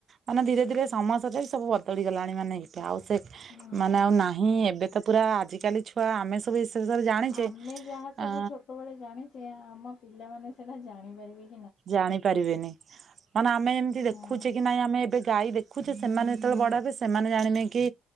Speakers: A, on the right; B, on the left.
A: ମାନେ ଧିରେ ଧିରେ ସମୟ ସରେ ଜାଇ ସବୁ ବଢ଼ିଗଲାଣି ମାନେ ହିତ ସେ
B: ହଁ
A: ମାନେ ଆଉ ନାହିଁ। ଏବେ ତ ପୁରା ଆଜିକାଲି ଛୁଆ ଆମେ ସବୁ ବିଷୟରେ ଜାଣିଛେ
B: ଆମେ ଯାହା ସବୁ
A: ଅ
B: ଛୋଟବେଳେ ଜାଣିଛେ ଆମ ପିଲାମାନେ ସେ ନା ଜାଣିପାରିବି।
A: ଜାଣି ପାରିବେନି ମାନେ ଆମେ ଯେମିତି ଦେଖୁଛେ
B: ହଁ
A: କି ନାଇଁ ଆମେ ଏବେ ଗାଈ ଦେ ଦେଖୁଛେ ସେମାନେ ଯେତେବେଳେ ବଡହେବେ ସେମାନେ ଜାଣିବେ କି